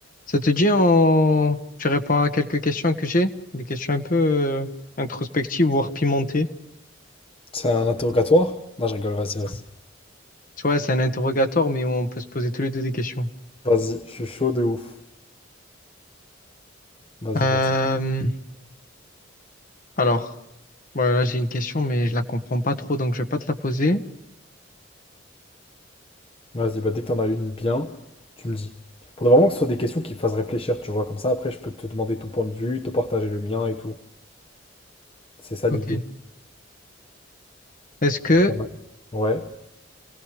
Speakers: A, on the left; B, on the left.
A: Ça te dit, on... tu réponds à quelques questions que j'ai, des questions un peu euh, introspectives, voire pimentées.
B: C'est un interrogatoire? Non, je rigole, vas-y, vas-y.
A: Tu vois, c'est un interrogatoire, mais où on peut se poser tous les deux des questions.
B: Vas-y, je suis chaud de ouf. Vas-y,
A: Euh,
B: vas-y.
A: Alors, voilà, j'ai une question, mais je la comprends pas trop, donc je vais pas te la poser.
B: Vas-y, bah, dès que t'en as une bien, tu me dis. Faudrait vraiment que ce soit des questions qui me fassent réfléchir, tu vois. Comme ça, après, je peux te demander ton point de vue, te partager le mien et tout. C'est ça
A: Ok.
B: l'idée.
A: Est-ce que
B: Pas mal. Ouais,